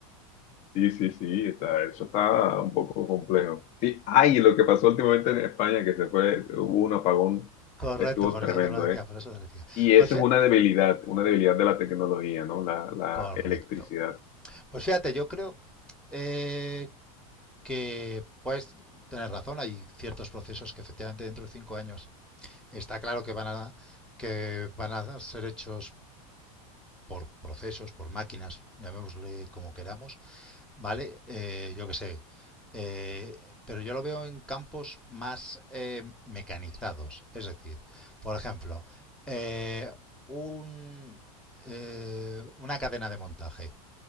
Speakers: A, on the left; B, in the centre.
A: Sí, sí, sí, está, eso está un poco complejo. Sí, ay, lo que pasó últimamente en España, que se fue, hubo un apagón,
B: <laughs> Correcto,
A: estuvo
B: por
A: tremendo,
B: eso te lo decía,
A: ¿eh?
B: por eso te lo decía.
A: Y
B: Pues
A: eso
B: fíjate,
A: es una debilidad, una debilidad de la tecnología, ¿no? La, la
B: Correcto.
A: electricidad.
B: Pues fíjate, yo creo eh, que puedes tener razón. Hay ciertos procesos que efectivamente dentro de cinco años está claro que van a, que van a ser hechos por procesos, por máquinas, llamémosle como queramos, ¿vale? Eh, yo qué sé. Eh, pero yo lo veo en campos más eh, mecanizados. Es decir, por ejemplo, eh, un, eh, una cadena de montaje.